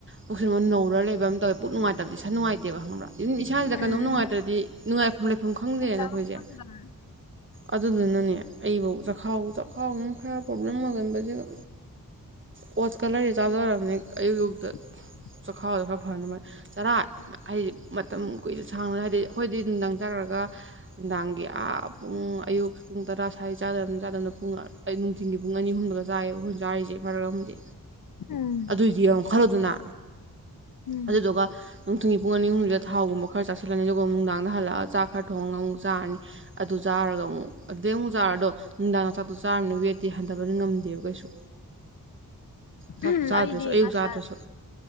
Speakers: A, on the right (about 35°); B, on the left (about 65°).
A: ꯄꯨꯛꯁꯦ ꯑꯃꯨꯛ ꯅꯧꯔ ꯂꯩꯕ ꯑꯃ ꯇꯧꯋꯦ ꯄꯨꯛ ꯅꯨꯡꯉꯥꯏꯇꯕꯗꯤ ꯏꯁꯥ ꯅꯨꯡꯉꯥꯏꯇꯦꯕ ꯈꯪꯕ꯭ꯔꯥ ꯑꯗꯨꯝ ꯏꯁꯥꯁꯤꯗ ꯀꯩꯅꯣꯝ
B: ꯎꯝ
A: ꯅꯨꯡꯉꯥꯏꯇ꯭ꯔꯗꯤ ꯅꯨꯡꯉꯥꯏꯐꯝ ꯂꯩꯐꯝ ꯈꯪꯗꯦꯅ
B: ꯆꯥꯐꯝ
A: ꯑꯩꯈꯣꯏꯁꯦ
B: ꯈꯪꯗꯝ
A: ꯑꯗꯨꯗꯨꯅꯅꯦ ꯑꯩꯕꯧ ꯆꯈꯥꯎ ꯆꯥꯛꯈꯥꯎꯁꯤꯅ ꯈꯔ ꯄ꯭ꯔꯣꯕ꯭ꯂꯦꯝ ꯑꯣꯏꯒꯟꯕꯁꯤꯒ ꯑꯣꯠꯁꯀ ꯂꯩꯔ ꯆꯥꯖꯔꯕꯅꯤ ꯑꯩ ꯑꯌꯨꯛ ꯑꯌꯨꯛꯇ
B: <inaudible>
A: ꯆꯣꯈꯥꯎꯗ ꯈꯔ ꯐꯍꯅꯕ ꯆꯔꯥ ꯑꯩꯗꯤ ꯃꯇꯝ ꯀꯨꯏꯅ ꯁꯥꯡꯅ ꯍꯥꯏꯗꯤ ꯑꯩꯈꯣꯏꯗꯤ ꯅꯨꯡꯗꯡ ꯆꯈ꯭ꯔꯒ ꯅꯨꯡꯗꯥꯡꯒꯤ ꯑꯥ ꯄꯨꯡ ꯑꯌꯨꯛ ꯄꯨꯡꯇꯔꯥ ꯁꯋꯥꯥꯏꯗ ꯆꯥꯗꯕꯅ ꯆꯥꯗꯕꯅ ꯅꯨꯡꯊꯒꯤ ꯄꯨꯡ ꯑꯅꯤ ꯑꯍꯨꯝꯗꯒ ꯆꯥꯏꯑꯌꯦꯕ ꯑꯩꯈꯣꯏꯅ ꯆꯥꯔꯤꯁꯦ ꯐꯔꯛ ꯑꯃꯗꯤ
B: ꯎꯝ
A: ꯑꯗꯨꯏꯗꯤ ꯌꯦꯉꯣ ꯈꯜꯂꯨꯗꯅ
B: ꯎꯝ
A: ꯑꯗꯨꯗꯨꯒ ꯃꯇꯨꯡꯊꯒꯤ ꯄꯨꯡ ꯑꯅꯤ ꯑꯍꯨꯝꯁꯤꯗ ꯊꯥꯎꯒꯨꯝꯕ ꯈꯔ ꯆꯥꯁꯤꯜꯂꯅꯤ ꯑꯗꯨꯒ ꯅꯨꯡꯗꯥꯡꯗ ꯍꯜꯂꯛꯑꯒ ꯆꯥꯛ ꯈꯔ ꯊꯣꯡꯉꯒ ꯑꯃꯨꯛ ꯆꯥꯔꯅꯤ ꯑꯗꯨ ꯆꯥꯔ ꯆꯥꯔꯒ ꯑꯃꯨꯛ ꯑꯗꯨꯗꯩ ꯆꯥꯔꯛꯗꯣ ꯅꯨꯡꯗꯥꯡꯁꯥꯛꯇꯨ ꯆꯥꯔꯃꯤꯅ ꯋꯦꯠꯇꯦ ꯍꯟꯊꯕꯗꯤ ꯉꯝꯗꯦꯕ ꯀꯩꯁꯨ ꯆꯥꯛ
B: ꯎꯝ
A: ꯆꯥꯗ꯭ꯔꯁꯨ
B: ꯑꯩꯗꯤ
A: ꯑꯌꯨꯛ
B: ꯉꯁꯥꯏ
A: ꯆꯥꯗ꯭ꯔꯁꯨ